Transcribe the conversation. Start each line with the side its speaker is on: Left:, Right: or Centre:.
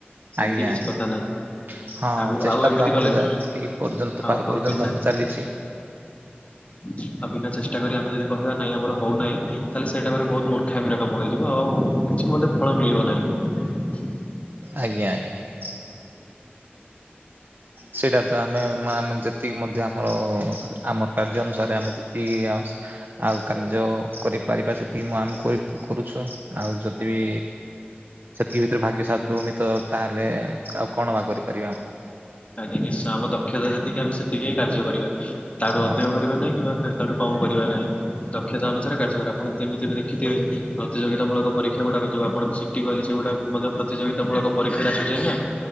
Left: ସେମିତି
Right: ଆଜ୍ଞା
Left: କିଛି
Right: ଆଜ୍ଞା
Left: କଥା ନାହିଁ
Right: ହଁ
Left: ଆ
Right: ଚେଷ୍ଟା
Left: ଆଉ ଏମିତି
Right: ତ ଆମର
Left: କଲେ
Right: ଯା- ଯେତିକି ପର୍ଯ୍ୟନ୍ତ
Left: ଆଉ
Right: ପାରୁ
Left: ଆଉ
Right: ପର୍ଯ୍ୟନ୍ତ
Left: ବିନା
Right: ଆମର ଚାଲିଛି
Left: ଚେଷ୍ଟା ଚେଷ୍ଟା କରି ଆମେ ଯଦି କହିବା ନାଇ ଆମର ହଉନାହିଁ, ତାହେଲେ ସେଇଟା ସେଇଟା ମାନେ ବହୁତ ମୂର୍ଖାମିର କାମ ହେଇଯିବ, ଆଉ କିଛି ମଧ୍ୟ ଫଳ ମିଳିବ ନାହିଁ
Right: ଆଜ୍ଞା ଆଜ୍ଞା ଆଜ୍ଞା ସେଟା ତ ଆମେ ଆମେ ଯେତିକି ମଧ୍ୟ ଆମର ଆମର କାର୍ଯ୍ୟ ଅନୁସାରେ ଆମେ ଯେତିକି ଆଉ। ଆଉ କାର୍ଯ୍ୟ କରିପାରିବା ସେତିକି ମୁଁ ଆମେ କରୁ କରୁଛୁ ଆଉ ଯଦି ବି ସେତିକି ଭିତରେ ଭାଗ୍ୟ ସାଥ ଦଉନି ତ ତାହେଲେ ଆଉ କଣ ବା କରିପାରିବା ଆମେ
Left: ଆଜ୍ଞା ନିଶ୍ଚୟ ଆମ ଦକ୍ଷତା ଯେତିକି ଆମେ ସେତିକି ହିଁ କାର୍ଯ୍ୟ କରିବା ତାଠୁ
Right: ହଁ
Left: ଅଧିକ କରିବା ନାହିଁ କିମ୍ୱା ତା ଠାରୁ କମ୍ କରିବା ନାଇଁ ଦକ୍ଷତା ଅନୁସାରେ କାର୍ଯ୍ୟକରେ ଆପଣ ଯେମିତି ବି ଦେଖିଥିବେ, ପ୍ରତିଯୋଗିତାମୂଳକ ପରୀକ୍ଷା ଗୁଡ଼ାକ ଯୋଉ ଆପଣ ସିଟି କଲେ ଯଉଟା ପ୍ରତିଯୋଗିତା ମୂଳକ ପରୀକ୍ଷାରେ ଆସୁଛି ନା